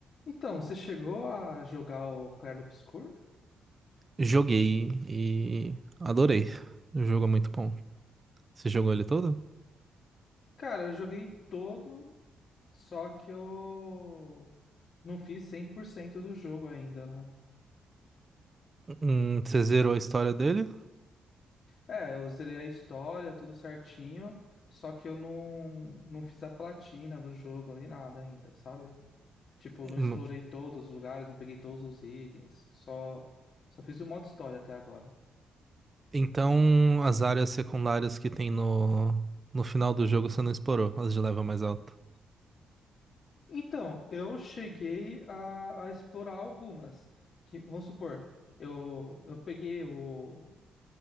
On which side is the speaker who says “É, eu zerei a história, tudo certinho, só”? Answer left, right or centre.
Left